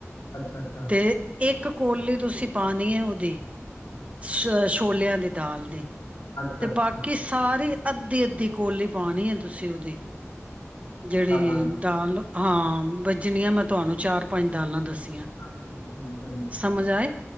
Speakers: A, on the left; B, on the right.
A: ਅੱਛਾ- ਅੱਛਾ।
B: ਤੇ ਇੱਕ ਕੋਲੀ ਤੁਸੀਂ ਪਾਣੀ ਹੈ ਉਹਦੀ ਛ ਛੋਲਿਆਂ ਦੇ ਦਾਲ ਦੀ
A: ਅੱਛਾ-
B: ਤੇ
A: ਅੱਛਾ।
B: ਬਾਕੀ ਸਾਰੀ ਅੱਧੀ-ਅੱਧੀ ਕੋਲੀ ਪਾਉਣੀ ਹੈ ਤੁਸੀਂ ਉਹਦੀ ਜਿਹੜੀ
A: ਦਾਲਾਂ ਦੀ
B: ਦਾਲ ਹਾਂ, ਬਈ ਜਿਹਨੀਆਂ ਮੈਂ ਤੁਹਾਨੂੰ ਚਾਰ ਪੰਜ ਦਾਲਾਂ ਦਸ
A: ਹਾਂਜੀ-ਹਾਂਜੀ, ਜੀ ਹਾਂਜੀ।
B: ਸਮਝ ਆਏ